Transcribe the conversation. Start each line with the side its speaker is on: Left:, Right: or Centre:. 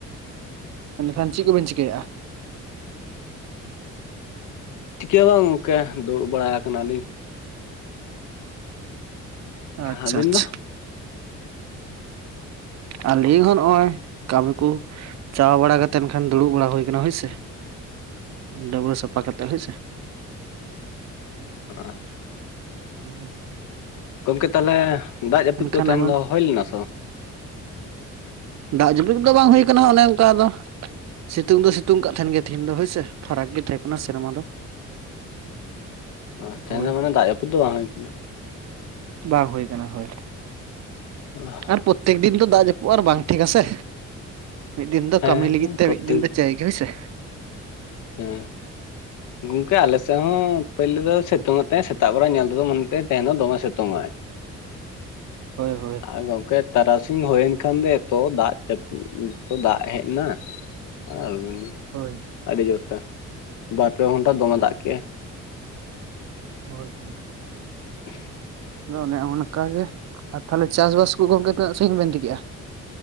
Right: ᱮᱱᱠᱷᱟᱱ ᱪᱮᱫ ᱠᱚᱵᱮᱱ ᱪᱤᱠᱟᱹᱭᱮᱫᱼᱟ᱾
Left: ᱪᱤᱠᱟᱹ ᱦᱚ ᱵᱟᱝ ᱜᱚᱝᱠᱮ ᱫᱩᱲᱩᱵ ᱵᱟᱲᱟ ᱟᱠᱟᱱᱟᱞᱤᱧ᱾
Right: ᱟᱪᱪᱷᱟ
Left: ᱟᱹᱵᱤᱱ
Right: ᱟᱪᱪᱷᱟ᱾
Left: ᱫᱚ
Right: ᱟᱹᱞᱤᱧ ᱦᱚᱸ ᱱᱚᱜᱼᱚᱭ ᱠᱟᱹᱢᱤ ᱠᱚ᱾ ᱪᱟᱣ ᱵᱟᱲᱟ ᱠᱟᱛᱮ ᱮᱱᱠᱷᱟᱱ ᱫᱩᱲᱩᱵ ᱵᱟᱲᱟ ᱦᱩᱭ ᱠᱟᱱᱟ, ᱦᱳᱭᱥᱮ? ᱰᱟᱹᱵᱨᱟᱹ ᱥᱟᱯ ᱯᱟ ᱠᱟᱛᱮ ᱦᱳᱭ ᱥᱮ᱾
Left: ᱚ᱾
Right: <inaudible>
Left: ᱜᱚᱝᱠᱮ ᱛᱟᱦᱚᱞᱮ ᱫᱟᱜ ᱡᱟᱹᱯᱩᱫ
Right: ᱮᱱᱠᱷᱟᱱ
Left: ᱫᱚ ᱛᱮᱦᱮᱧ
Right: ᱟᱵᱮᱱ
Left: ᱫᱚ ᱦᱩᱭ ᱞᱮᱱᱟ ᱥᱮ ᱵᱟ?
Right: ᱫᱟᱜ ᱡᱟᱯᱤᱫ ᱫᱚ ᱵᱟᱝ ᱦᱩᱭ ᱠᱟᱱᱟ ᱚᱱᱮ ᱚᱱᱠᱟ ᱟᱫᱚ ᱥᱤᱛᱩᱝ ᱫᱚ ᱥᱤᱛᱩᱝ ᱠᱟᱜ ᱛᱟᱦᱮᱱ ᱜᱮᱭᱟ ᱛᱤᱦᱤᱧ ᱫᱚ ᱦᱳᱭᱥᱮ᱾ ᱯᱷᱟᱨᱟᱠ ᱜᱮ ᱛᱟᱦᱮᱸ ᱠᱟᱱᱟ ᱥᱮᱨᱢᱟ ᱫᱚ᱾
Left: ᱚ ᱛᱮᱦᱮᱧ
Right: ᱦᱳᱭ
Left: ᱫᱚ ᱢᱟᱱᱮ ᱫᱟᱜ ᱡᱟᱹᱯᱩᱫ ᱫᱚ ᱵᱟᱝ ᱦᱩᱭ ᱠᱟᱱᱟ᱾
Right: ᱵᱟᱝ ᱦᱩᱭ ᱠᱟᱱᱟ ᱦᱳᱭ ᱫᱚ᱾
Left: <unintelligible>
Right: ᱟᱨ ᱯᱨᱚᱛᱛᱮᱠ ᱫᱤᱱ ᱫᱚ ᱫᱟᱜ ᱡᱟᱹᱯᱩᱜ ᱟᱨ ᱵᱟᱝ ᱴᱷᱤᱠ ᱟᱥᱮ᱾ ᱢᱤᱫ ᱫᱤᱱ ᱫᱚ
Left: ᱦᱮᱸ
Right: ᱠᱟᱹᱢᱤ ᱞᱟᱹᱜᱤᱫ ᱛᱮ
Left: ᱯᱨᱚᱛᱮᱠ
Right: ᱢᱤᱫ ᱫᱤᱱ ᱫᱚ ᱪᱟᱹᱭ ᱜᱮ ᱦᱳᱭᱥᱮ᱾
Left: ᱦᱮᱸ ᱜᱚᱝᱠᱮ ᱟᱞᱮᱥ ᱥᱮᱫᱦᱚᱸ ᱯᱳᱭᱞᱳ ᱫᱚ ᱥᱤᱛᱩᱝ ᱟᱛᱮ ᱥᱮᱛᱟᱜ ᱵᱮᱲᱟ ᱧᱮᱞ ᱛᱮᱫᱚ ᱢᱚᱱᱮ ᱛᱮ ᱛᱟᱦᱮᱧ ᱫᱚ ᱫᱚᱢᱮ ᱥᱤᱛᱩᱝᱟᱭ᱾
Right: ᱦᱳᱭ ᱦᱳᱭ᱾
Left: ᱟ ᱜᱚᱝᱠᱮ ᱛᱟᱨᱟᱥᱤᱧ ᱦᱩᱭᱮᱱ ᱠᱷᱟᱱ ᱫᱚ ᱮᱛᱚ ᱫᱟᱜ ᱡᱟᱯᱩᱫ ᱮᱛᱚ ᱫᱟᱜ ᱦᱮᱡ ᱱᱟ᱾ ᱟᱨ <unintelligible>
Right: ᱦᱳᱭ᱾
Left: ᱟᱹᱰᱤ ᱡᱳᱨ ᱛᱮ᱾ ᱵᱟᱨ ᱯᱮ ᱜᱷᱚᱱᱴᱟ ᱫᱚᱢᱮ ᱫᱟᱜ ᱠᱮᱜᱼᱟᱭ᱾
Right: ᱦᱳᱭ ᱦᱳᱭ᱾
Left: <inaudible>
Right: ᱟᱫᱚ ᱚᱱᱮ ᱚᱱᱠᱟ ᱜᱮ ᱟᱨ ᱛᱟᱦᱚᱞᱮ ᱪᱟᱥᱵᱟᱥ ᱠᱚ ᱜᱚᱝᱠᱮ ᱛᱱᱟᱹᱜ ᱥᱟᱜᱤᱧ ᱵᱮᱱ ᱤᱫᱤ ᱠᱮᱜᱼᱟ᱾